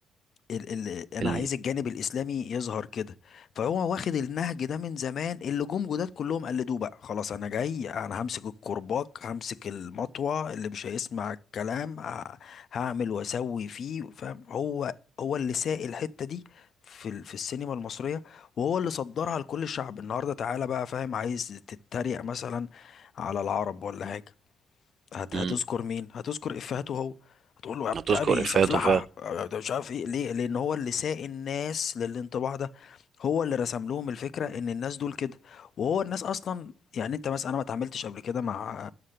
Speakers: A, on the left; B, on the right.
A: ال ال انا
B: ال
A: عايز الجانب الاسلامي يظهر كده فهو واخد النهج ده من زمان اللي جم جداد كلهم قلدوه بقى خلاص انا جاي انا همسك الكرباج همسك المطوه اللي مش هيسمع الكلام ه- هعمل واسوي فيه فاهم هو هو اللي ساق الحته دي في ال- في السينما المصريه وهو اللي صدرها لكل الشعب النهارده تعالى بقى فاهم عايز تتريق مثلا على العرب ولا حاجه هت
B: امم
A: هتذكر مين هتذكر افهاته هو هتقول له يا بتاع
B: هتذكر
A: ابي
B: افاته
A: سفلحه
B: فعلا
A: يا ده مش عارف ايه ليه لان هو اللي ساق الناس للانطباع ده هو اللي رسم لهم الفكره ان الناس دول كده وهو الناس اصلا يعني انت مثلا انا ما اتعاملتش قبل كده مع